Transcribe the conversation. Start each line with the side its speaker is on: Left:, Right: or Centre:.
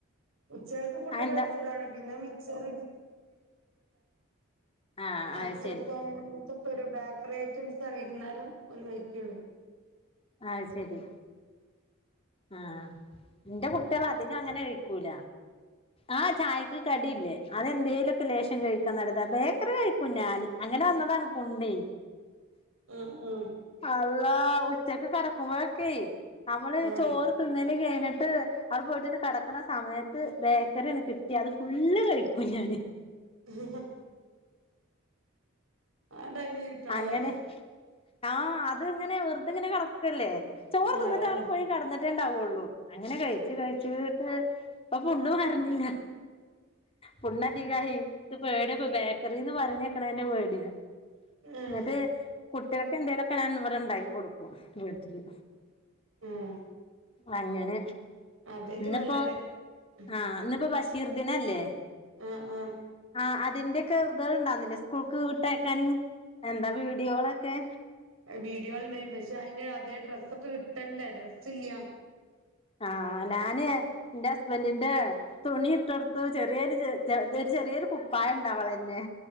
Right: ഉച്ചയ്ക്ക് ഫുഡ്
Left: അതെന്താ
Right: കഴിച്ചതാണ് പിന്നെ മിച്ചർ
Left: ആഹ്
Right: ആച്ചപ്പം
Left: അത് ശരി
Right: അങ്ങനെത്തെ ഒക്കെ ഇപ്പ ഒരു ബേക്കറി ഐറ്റംസാ വൈകുന്നേരം ഓള് കഴിക്കോള്ളു.
Left: ആ ശരി ആഹ് എന്റെ കുട്ടികൾ അധികം അങ്ങനെ കഴിക്കൂല ആഹ് ചായക്ക് കടിയില്ലേ അതെന്തേലൊക്കെ ലേഷം കഴിക്കാ നല്ലത്, ബേക്കറി കഴിക്കും ഞാൻ അങ്ങനെ വന്നതാണ് പുണ്ണ്
Right: അഹ്‌ ആഹ്
Left: അള്ളാ ഉച്ചയ്ക്ക് കിടക്കുമ്പോഴൊക്കെ നമ്മള്ള്
Right: ആഹ്
Left: ചോറ് തിന്നല് കഴിഞ്ഞിട്ട് അവിടെ പോയിട്ടെന്ന് കിടക്കണ സമയത്ത് ബേക്കറിന് കിട്ടിയ അത് ഫുള്ള് കഴിക്കും ഞാന്
Right: ഉ ഹ് ആ ടൈമില് കിട്ടണല്ലേ
Left: അങ്ങനെ ആ അത് ഇങ്ങനെ വെറുത ഇങ്ങനെ കടക്കല്ലേ ചോർ
Right: ആഹ്
Left: തിന്നിട്ട്
Right: അതന്നെ
Left: അങ്ങട്ട് പോയി കടന്നിട്ടേണ്ടാവയുള്ളൂ. അങ്ങനെ കഴിച്ച് കഴിച്ച് ചീട്ട് ഇപ്പ <unintelligible> അറങ്ങില്ല പിന്നെ <unintelligible> ക്ക് പേടിയാപ്പൊ. ബേക്കറിന്ന് പറീണേക്ക്ണന്നെ പേടിയാ.
Right: ആഹ്
Left: എന്നിട്ട് കുട്ടികൾക്കെ എന്തേലുംക്കെ ഞൻ ഇവിടെ ഉണ്ടാക്കി കൊടുക്കും വീട്ടില്
Right: ഉം.
Left: അങ്ങനെ,
Right: അതേക്കും
Left: ഇന്നിപ്പോ
Right: നല്ലത് ഉം
Left: ആഹ് ഇന്നിപ്പോ ബഷീർ ദിനല്ലേ
Right: അഹ്‌ ആഹ്
Left: ആഹ് അതിന്റെയൊക്കെ ഇതകളുണ്ടായ്നിലെ സ്കൂൾക്ക് വീട്ടയക്കാൻ എന്താ വീഡിയോകളൊക്കെ.
Right: വീഡിയോല് ഇണ്ടായി പക്ഷെ അതിന് അതേ ഡ്രസ്സ ഒക്കെ കിട്ടണ്ടേ ഡ്രസ്സ്ല്ല
Left: ആഹ ഞാന് എറെ ഹസ്ബൻറിന്റെ തുണി ഇട്ടെടുത്തു ചെറിയൊരു ഒരു ചെറിയൊരു കുപ്പായം ഉണ്ടാകും അവളന്നെ